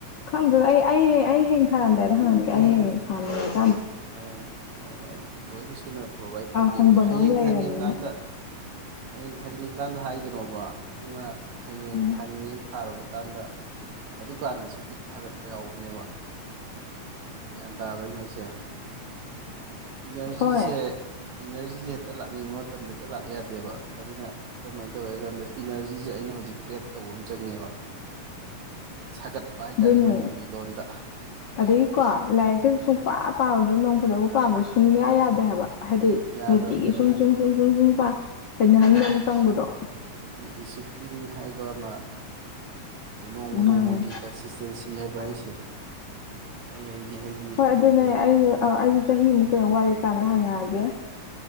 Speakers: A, on the left; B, on the right.
A: ꯈꯪꯗꯦꯗ ꯑꯩ ꯑꯩ ꯑꯩ ꯍꯌꯦꯡ ꯊꯥꯔꯝꯗꯥꯏꯗ ꯍꯪꯉꯛꯀꯦ ꯑꯩ ꯍꯌꯦꯡ <unintelligible>
B: ꯑ ꯍꯣꯏ ꯍꯣꯏ ꯂꯣꯏꯅ ꯁꯨꯅ ꯄ꯭ꯔꯣꯚꯥꯏꯠ ꯇꯧꯒꯦꯕ
A: ꯍꯪꯐꯝ
B: ꯑꯗꯨꯣ ꯍꯌꯦꯡ
A: ꯑꯃ ꯂꯩꯔꯕꯅꯤꯅ
B: ꯊꯥꯅꯤꯡꯉꯀꯥꯟꯗ ꯍꯌꯦꯡ ꯊꯥꯅꯤꯡꯉ ꯀꯥꯟꯗ ꯍꯥꯏꯒꯅꯣꯕ ꯅꯪꯅ ꯍꯌꯦꯡ
A: ꯎꯝ
B: ꯊꯅꯤꯉꯦ ꯊꯥꯔꯨꯕ ꯀꯥꯟꯗ ꯑꯗꯨꯀꯥꯟꯗꯁꯨ ꯕꯤꯠ ꯍꯜꯂꯛꯄ ꯌꯥꯎꯕꯅꯦꯕ ꯒ꯭ꯌꯥꯟ ꯇꯥꯕꯔꯣꯏꯅꯦ ꯑꯩꯁꯦ ꯏꯅꯔꯖꯤꯁꯦ
A: ꯍꯣꯏ
B: ꯏꯅꯔꯖꯤꯁꯦ ꯍꯦꯛꯇ ꯂꯥꯛꯅꯤꯡꯕ ꯃꯇꯝꯗꯦ ꯂꯥꯛ ꯌꯥꯗꯦꯕ ꯑꯗꯨꯅ ꯀꯔꯝꯍꯥꯏꯅ ꯇꯧꯋꯦ ꯍꯥꯏ ꯀꯥꯟꯗ ꯏꯅꯔꯖꯤꯁꯦ ꯑꯩꯅ ꯍꯧꯖꯤꯛ ꯀ꯭ꯔꯤꯌꯦꯠ ꯇꯧꯕ ꯑꯃ ꯆꯪꯉꯦꯕ ꯁꯥꯒꯠꯄ ꯍꯥꯏꯇꯥꯔꯦ
A: ꯑꯗꯨꯅꯦ
B: ꯃꯅꯤꯄꯨꯔꯤ ꯂꯣꯟꯗ
A: ꯑꯗꯒꯤ ꯀꯣ ꯂꯥꯏꯔꯤꯛꯛꯇ ꯁꯨꯡꯄꯥ ꯄꯥ ꯑꯗꯨ ꯅꯣꯡ ꯐꯖꯕ ꯄꯥꯕ꯭ꯔꯥ ꯁꯨꯡꯅꯤꯌꯥ ꯌꯥꯗꯦ ꯍꯥꯏꯕ ꯍꯥꯏꯗꯤ
B: ꯌꯥꯗꯕꯅꯦꯕ
A: ꯅꯨꯡꯇꯤꯒꯤ ꯁꯨꯝ
B: ꯑꯗꯨꯏꯗꯣ
A: ꯁꯨꯝ ꯁꯨꯝ ꯁꯨꯝ ꯁꯨꯝ ꯄꯥ ꯍꯥꯏꯩꯅ ꯍꯥꯏꯪ ꯆꯪꯕꯗꯣ
B: ꯗꯤꯁꯤꯄ꯭ꯂꯤꯟ ꯍꯥꯏꯕ ꯋꯥꯃ ꯑꯗꯩ ꯅꯣꯡꯃ
A: ꯃꯥꯅꯦ
B: ꯅꯣꯡꯃꯒꯤ ꯀꯟꯁꯤꯁꯇꯦꯟꯁꯤ ꯍꯥꯏꯕ ꯍꯥꯏꯁꯦ ꯑꯩ ꯍꯥꯏꯗꯤ
A: ꯍꯣꯏ
B: ꯀꯔꯤ
A: ꯑꯗꯨꯅꯦ
B: ꯍꯥꯏꯅꯤ
A: ꯑꯩ ꯑꯩꯁꯨ ꯆꯍꯤꯃꯨꯛ ꯀꯩꯅꯨꯛ ꯋꯥꯠꯂꯤꯦ ꯀ꯭ꯔ ꯍꯦ